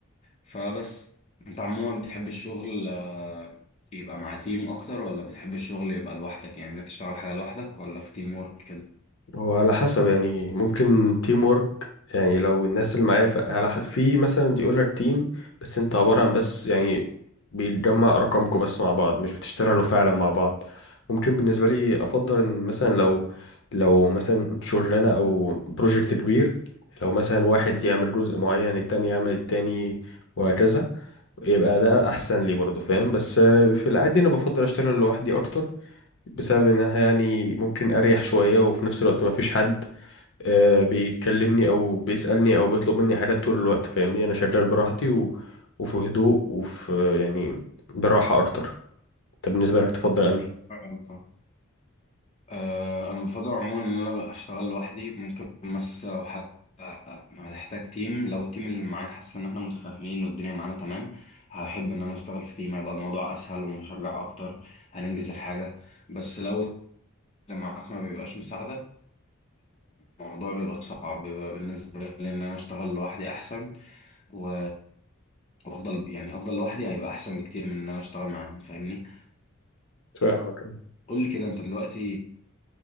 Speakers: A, on the left; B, on the left.
A: فبس أنت عموما بتحب الشغل آه، يبقى مع تيم أكتر ولا بتحب الشغل يبقى لوحدك يعني أنت تشتغل حاجة لوحدك ولا في تيم وورك
B: هو على حسب يعني ممكن تيم وورك يعني لو الناس اللي معايا ف- على حسب في مثلا يقول لك تيم بس انت عبارة عن بس يعني بيتجمع ارقامكم بس مع بعض مش بتشتغلوا فعلا مع بعض ممكن بالنسبة لي افضل ان مثلا لو لو مثلا شغلانة او بروجكت كبير لو مثلا واحد يعمل جزء معين التاني يعمل التاني وهكذا يبقى ده احسن لي برضه فاهم بس آه، في العادي انا بفضل اشتغل لوحدي اكتر بسبب انها يعني ممكن اريح شوية وفي نفس الوقت ما فيش حد آه بيكلمني او بيسألني او بيطلب مني حاجات طول الوقت فاهمني انا شغال براحتي و... وفي هدوء وفي يعني براحة اكتر طب بالنسبة لك تفضل انهي
A: كده؟ آه، انا بفضل عموما ان انا اشتغل لوحدي ممكن بس لو حد هتحتاج تيم لو التيم اللي معايا حاسس ان احنا متفاهمين والدنيا معانا تمام هحب ان انا اشتغل في تيم هيبقى الموضوع اسهل ومشجع اكتر هننجز الحاجة بس لو اللي معاك ما بيبقاش مساعدك الموضوع بيبقى صعب بيبقى بالنسبة لي ان انا اشتغل لوحدي احسن و وافضل يعني افضل لوحدي هيبقى احسن بكتير من ان انا اشتغل معاهم فاهمني
B: فاهمك
A: قول لي كده انت دلوقتي